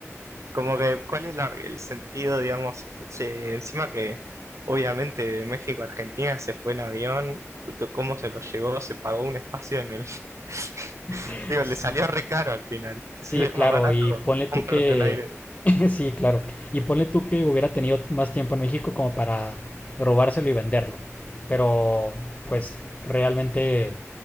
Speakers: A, on the right; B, on the left.
A: Como que, ¿cuál es la- el sentido, digamos? Che, encima que, obviamente, de México a Argentina se fue en avión, cu- ¿cómo se lo llevó? Se pagó un espacio en el... <laughs>
B: <laughs>
A: Digo, le salió re caro al final. Te
B: Sí,
A: sale
B: claro,
A: más barato
B: y ponle tú
A: comprarte
B: que...
A: un aire.
B: <laughs> Sí, claro. Y ponle tú que hubiera tenido más tiempo en México como para robárselo y venderlo. Pero, pues, realmente